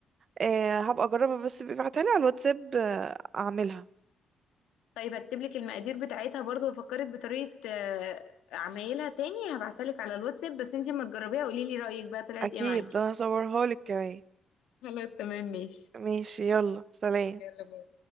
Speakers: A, on the right; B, on the left.
A: آه هبقى اجربها بس ابعتها لي على الواتساب آه اعملها
B: طيب هكتب لك المقادير بتاعتها برضو وافكرك بطريقة آه، عمايلها تاني هبعتها لك على الواتساب بس انتي اما تجربيها قولي لي رأيك بقى طلعت
A: اكيد
B: ايه معاكي
A: ده انا هصورها لك كمان
B: خلاص تمام ماشي
A: ماشي يلا سلام
B: يلا باي